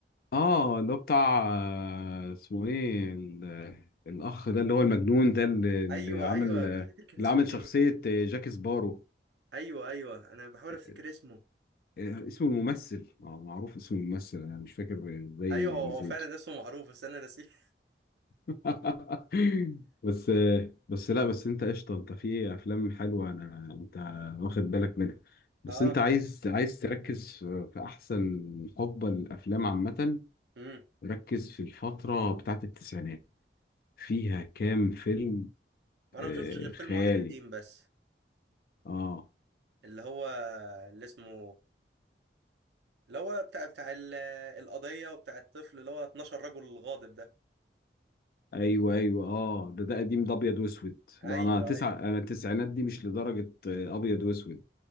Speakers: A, on the left; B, on the right.
A: اه اللي هو بتاع آه، اسمه ايه ال- الاخ ده اللي هو المجنون ده اللي اللي
B: ايوه
A: عامل
B: ايوه مش فاكر كان
A: اللي
B: اسمه
A: عامل
B: ايه
A: شخصيه آه، جاك سبارو
B: ايوه ايوه انا بحاول
A: آه،
B: افتكر اسمه
A: آه، اسمه الممثل آه، معروف اسم الممثل انا مش فاكر ازاي
B: ايوه هو
A: نسيته
B: هو فعلا اسمه معروف بس انا نسيه <laughs>
A: <laughs> بس بس لا بس انت قشطه انت في افلام حلوه انا انت واخد بالك منها بس
B: اه
A: انت عايز عايز تركز في في احسن حقبه للافلام عامه
B: امم
A: ركز في الفتره بتاعت التسعينات فيها كام فيلم
B: انا
A: آه
B: ما شفتش غير فيلم
A: خيالي
B: واحد قديم بس
A: اه
B: اللي هو اللي اسمه اللي هو بتاع بتاع ال- القضية وبتاع الطفل اللي هو 12 رجل غاضب ده
A: ايوه ايوه اه ده ده قديم ده ابيض واسود
B: ايوه
A: لا انا تسع
B: ايوه
A: انا التسعينات دي مش لدرجه آه، ابيض واسود